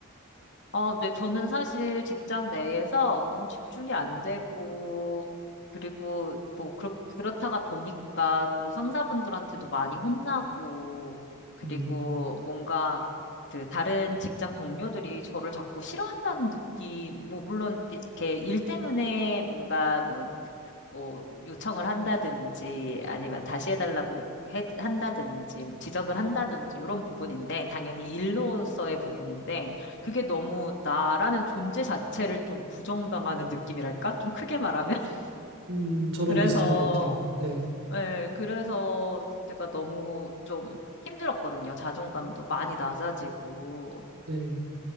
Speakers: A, on the left; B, on the right.
A: 어, 네, 저는 사실 직장 내에서 좀 집중이 안 되고, 그리고 뭐, 그렇, 그렇다가 보니까 또 상사분들한테도 많이 혼나고, 그리고
B: 음,
A: 뭔가 그 다른 직장 동료들이 저를 자꾸 싫어한다는 느낌, 뭐, 물론 이렇게 일 때문에 뭔가 뭐, 뭐 요청을 한다든지 아니면 다시 해달라고 요- 해, 한다든지 뭐 지적을 한다든지 이런 부분인데 당연히 일로서의 부분인데 그게 너무 나라는 존재 자체를 좀 부정당하는 느낌이랄까? 좀 크게 말하면? <laughs>
B: 음, 저랑
A: 그래서
B: 비슷한 것 같아요. 네,
A: 예, 그래서 그때가 너무 좀 힘들었거든요. 자존감도 많이 낮아지고.
B: 네,